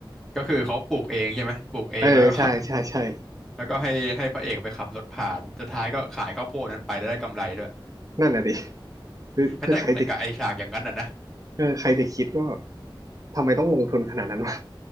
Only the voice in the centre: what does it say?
ก็คือเขาปลูกเองใช่ไหมปลูกเองแล้วก็
<laughs> แล้วก็ให้ให้พระเอกไปขับรถผ่านสุดท้ายก็ขายข้าวโพดนั้นไปแล้วได้กำไรด้วย
<laughs> นั่นแต่แต่กับไอฉากอย่างนั้นน่ะนะ